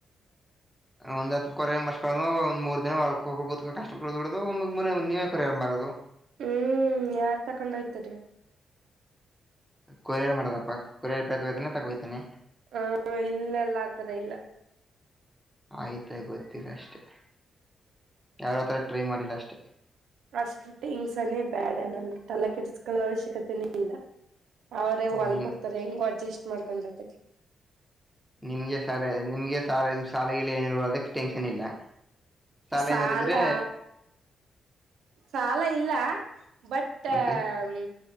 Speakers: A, in the centre; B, on the right (about 80°).
A: ಒಂದ್ ಹತ್ತ್ ಕೊರೆ ಮಸ್ಕೊಲನ ಒಂದ್ ಮೂರ್ ದಿನ ಹೋಗೋ ಕಷ್ಟದು ಬಿಡದುಮ ನೀವೇ ಕೊರಿಾರಾರೋದು
B: ಹ್ಮೂ ಯಾರ್ ತಕೊಂಡೊಯ್ತರೆ
A: ಕೊರಿಯರ್ ಮಾಡದಪ್ಪಾ ಕೊರಿಯರ್ ಬೆಗಹೊಯ್ತಾನೆ ತಗೋತಾನನೆ
B: ಹ್ಮೂ ಇಲ್ಲೇಲ್ಲ ಆ ತರ ಇಲ್ಲ
A: ಐತೆ ಗೊತ್ತಿಲ್ಲ ಅಷ್ಟೆ ಯಾವತ್ತದ್ರ ಟ್ರೈ ಮಾಡಿಲ್ಲ ಅಷ್ಟೆ
B: ಅಷ್ಟು ಟಿಂಗ್ಸನ್ನೆ ಬೇಡ ನಮ್ಗೆ ತಲೆ ಕೆಡಸ್ಕೊಳ್ಳೋ ಅವಶ್ಯಕತೆನೇ ಇಲ್ಲ ಅವ್ರೇ ಹೊಲ್
A: ನಿಮ್
B: ಕೊಡ್ತಾರೆ ಇಲ್ ಅಡ್ಜಸ್ಟ್ ಮಾಡ್ಕೊಂಡ್ ಬತ್ತದೆ
A: ನಿಮ್ಗೆ ಸಾಲೆ ನಿಮ್ಗೆ ಸಾಲೆ ಸಾಲೆಗಿಲೆ ಏನುಇಲ್ವಲ್ಲ ಅದುಕ್ ಟೆನ್ಷನ್ ಇಲ್ಲ ಸಾಲೆ
B: ಸಾಲ
A: ಏನಾರಿದ್ರೆ
B: ಸಾಲ ಇಲ್ಲ ಬಟ್
A: ಮತ್ತೆ
B: ಮ್